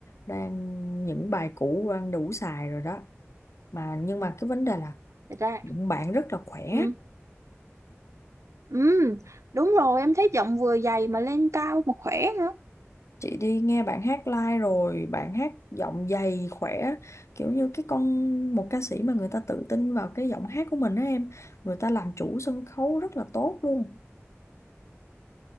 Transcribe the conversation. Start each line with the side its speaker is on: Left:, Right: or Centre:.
Left: đang những bài cũ đang đủ xài rồi đó. Mà nhưng mà cái vấn đề là
Right: thật ra
Left: bạn rất là khỏe.
Right: ừ, ừ đúng rồi em thấy giọng vừa dày mà lên cao mà khỏe nữa
Left: Chị đi nghe bạn hát live rồi, bạn hát giọng dày khỏe, kiểu như cái con một ca sĩ mà người ta tự tin vào cái giọng hát của mình đó em, người ta làm chủ sân khấu rất là tốt luôn.